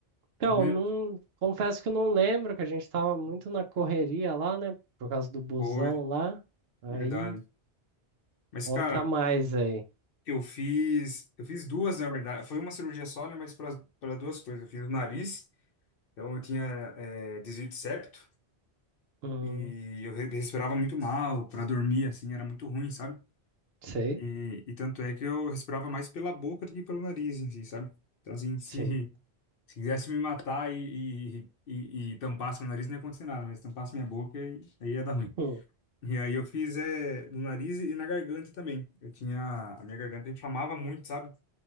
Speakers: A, on the right; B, on the left.
A: Então,
B: né?
A: não, confesso que eu não lembro, que a gente tava muito na correria lá, né, por causa do busão
B: Foi,
A: lá. Aí,
B: verdade. Mas,
A: conta
B: cara,
A: mais aí.
B: eu fiz, eu fiz duas, na verdade. Foi uma cirurgia só, né? Mas para para duas coisas. Eu fiz o nariz, então eu tinha é, desvio de septo
A: Hum,
B: e eu re- respirava muito mal, para dormir assim era muito ruim, sabe?
A: sei,
B: E, e tanto é que eu respirava mais pela boca do que pelo nariz em si, sabe? Então, assim, se,
A: sim.
B: se quisesse me matar e, e, e, e tampasse meu nariz, não ia acontecer nada, mas tampasse minha boca, aí aí ia dar ruim.
A: <laughs>
B: E aí eu fiz é, no nariz e na garganta também. Eu tinha, a minha garganta inflamava muito, sabe?